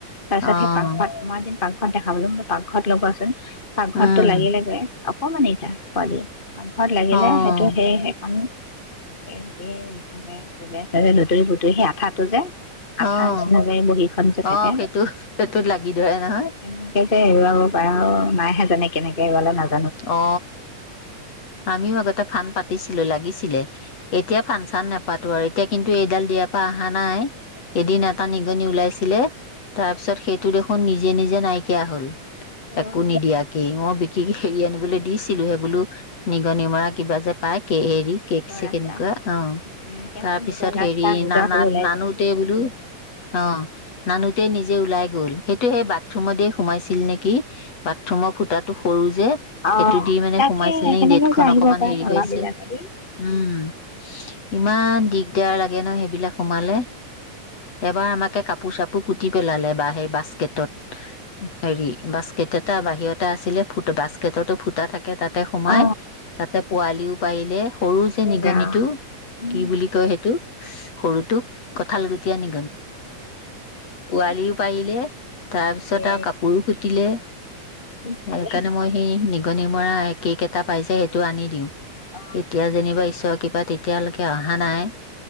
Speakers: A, on the left (about 20°); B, on the left (about 50°).
A: তাৰ পিছত
B: অ'
A: সেই পাকঘত মই এদিন পাৰ্কত দেখা পালোঁ। পাকঘৰত লগোৱা আছে। পাকঘৰততো
B: উম
A: লাগিলে গৈ অকমান এইতা পলি পাকঘৰত লাগিলে
B: অ'
A: সেইটো সেই সেইখন এতিয়াই একেবাৰে তেনে চ লুটুৰি পুটুৰি সেই আঠাটো যে আঠা
B: অহ
A: নিচিনা যে বহীখন যে থাকে
B: অহ সেইটো সেইটোত লাগি ধৰে নহয়।
A: তেনেকে যে এৰুৱাব আৰু পাই মাইহে জানে কেনেকে এইবালে নাজান
B: অ আমিও আগতে ফান পাত পতিছিলোঁ লাগিছিলে এতিয়া ফান চান নেপাত হয় এতিয়া কিন্তু এইডাল দিয়াৰ পৰা অহা নাই।
A: কি
B: এদিন এটা নিগনি ওলাইছিলে তাৰপিছত সেইটো দেখোন নিজে নিজে নাইকিয়া হ'ল।
A: আৰু
B: একো নিদিয়া কি মই ঠিক হেৰি আনিবলৈ দিছিলোঁ হে বোলো নিগনি মৰা কিবা যে পাই কে হেৰি কেক
A: নিজৰ
B: চ
A: ৰাস্তা
B: কেনেকুৱা অ
A: উম সিহঁতৰ
B: তাৰ পিছত
A: নিজৰ ৰাস্তা
B: হেৰি
A: নিজৰ
B: নানাত
A: হেৰি ওলাই
B: নানোতে
A: যায়।
B: বোলো অ নানোতে নিজে ওলাই গ'ল সেইটো সেই বাথৰুমতে সোমাইছিল নেকি বাথৰুমৰ ফুটাটো সৰু যে।
A: আহ
B: সেইটো দি মানে
A: তাকে
B: সোমাইছিল নে
A: কেনেকৈ
B: নেটখন
A: যে আহিব
B: অকমান
A: পাৰে
B: হেৰি
A: নলা
B: হৈ আছে
A: বিলাকেদি।
B: উম ইমান দিগদাৰ লাগে ন সেইবিলাক সোমালে। এবাৰ আমাকে কাপ কাপোৰ চাপোৰ কুটি পেলালে বা সেই বাস্কেটত হেৰি বাস্কেট এটা বাহিৰত টা আছিলে ফুট বা পেটতো ফুটা থাক তাতে সোমাই
A: অ
B: তাতে পোৱালিও পাইলে সৰু যে
A: এ
B: নিগনিতটো
A: ৰাম উম
B: কি বুলি কয় হেটো? সৰুতোক কঁঠালগুটীয়া নি পোৱালিও পাইলে তাৰপিছত
A: এ
B: আ কাপোৰো কুটিলে,
A: ভালে
B: সেইকাৰণে মই নিগনি মৰা কেক এটা পাইছে হেটো আনি দিওঁ।
A: অ
B: এতিয়া যেনিবা ঈশৰক কিবা তেতিয়ালৈকে অহা নাই